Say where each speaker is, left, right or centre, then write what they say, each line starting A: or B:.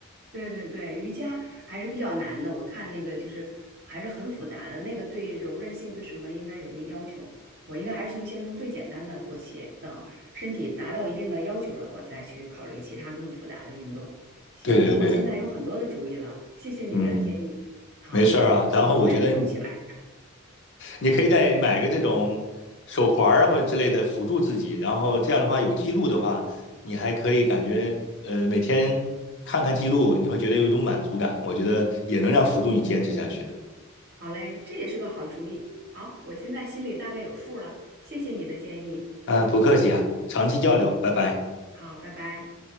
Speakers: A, on the right (about 50°); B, on the left (about 55°).
A: 对对对，瑜伽还是比较难的，我看那个就是还是很复杂的，那个对柔韧性对什么应该有一定要求。我应该还是从先从最简单的做起，等身体达到一定的要求了，我再去考虑其他更复杂的运动。行，
B: 对对对，
A: 那我现在有很多的主意了，谢谢你的建议。
B: 嗯，
A: 好，
B: 没事儿啊。
A: 那我我准备动起来。
B: 然后我觉得你可以再买个这种手环儿啊或者之类的辅助自己，然后这样的话有记录的话，你还可以感觉呃每天看看记录，你会觉得有一种满足感，我觉得也能让辅助你坚持下去的。
A: 好嘞，这也是个好主意。好，我现在心里大概有数了，谢谢你的建议。
B: 啊，不客气啊，长期交流，拜拜。
A: 好，拜拜。